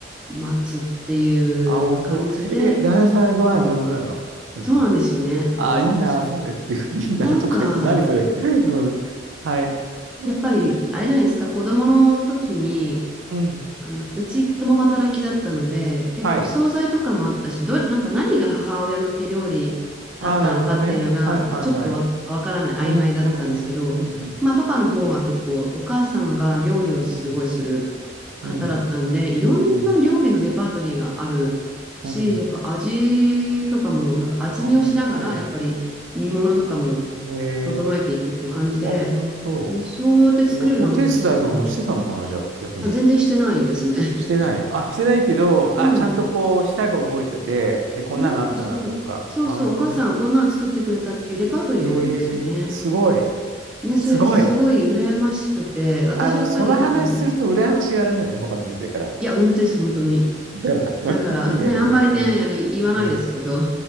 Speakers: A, in the centre; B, on the right (about 80°).
A: 待つってい
B: あ、本当。
A: う感じで、
B: え、旦那さんご飯上手なの作るの。
A: うんそうなんですよね。あの、
B: あ、いいな、
A: そ
B: それって、<laughs> いいなとか言って、
A: なんか、
B: 何それ。<laughs> うん。はい。うん。
A: やっぱり、あれじゃないですか、子供の時に、
B: うん
A: あの、うち共働きだったので、結構惣菜とかもあったし、
B: はい。
A: ど、なんか何が母親の手料理だったのかっていうのが、
B: ああ、なるほどね。はいはいはい。
A: まあ、ちょっとわ、わからない、
B: うん、
A: 曖昧だったんですけど、
B: うん、うん、うん、
A: まあ、パパの方は結構お母様が料理をすごいする方だったんで、
B: うん、うん、
A: いろんな料理のレパートリーがあるし、
B: うん、うん。
A: やっぱ味とかも、なんか味見をしながら、
B: あ、本ん
A: やっぱり煮物とかも
B: へえ
A: 整えていくっていう感じで、
B: あ、本当
A: いや、そうやって作れるのは本当すごい。
B: お、お手伝いとかもしてたのかな、じゃあ、逆に。
A: あ、全然してないですね。
B: してない。あ、してないけど、
A: <laughs> うん。
B: あ、ちゃんとこう、舌が覚えてて、で、こんなのあったなとか。
A: なんかそう、そうそう、
B: なるほどね。
A: お母さんがこんなの作ってくれたっていうレパートリーが多いんですよね。
B: へえすごい。
A: ね、
B: すごい。
A: それすごい羨ましくて、私はやっぱりあんまない。
B: あの、その話すると羨ましがられない、他の女性から。
A: いや、本当です、本当に。
B: だよな。<laughs>
A: だからね、
B: いいね、でもね。
A: あんまりね、
B: うん。
A: あの、言わないですけど、
B: うん。